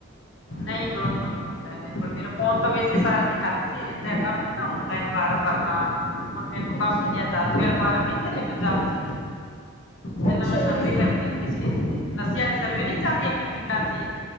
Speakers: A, on the left; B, on the left.
A: ਨਈ ਦੋਨੋ ਈ ਹੁੰਦਾ। ਮੇਰੇ ਕੋਲ ਮੇਰਾ ਫੋਨ ਤੇ ਵੇਸੇ ਸਾਰਾ ਦਿਨ ਹੱਥ 'ਚ ਈ ਰੈਂਦਾ, ਕੰਮ ਐ ਨਾ ਅੋਨਲਾਈਨ ਫਾਰਮ ਭਰਨਾ। ਹੁਣ ਮੈਨੂੰ
B: ਅੱਛਾ
A: ਕੰਮ ਮਿਲਿਆ ਹਜ਼ਾਰ ਰਪਿਆ ਆਲੇ ਫਾਰਮ ਨੀ ਚੱਲੇ ਪੰਜਾਬ 'ਚ ਈ। ਪੈਲਾਂ
B: ਅੱਛਾ
A: ਮੈਂ ਸਰਵੇ
B: ਜੀ
A: ਕਰ ਹੁੰਦੀ ਸੀ, ਨਸ਼ੇ ਆਲੀ ਸਰਵੇ ਨੀ ਚੱਲਦੀ ਆਪਣੇ ਪਿੰਡਾਂ 'ਚ।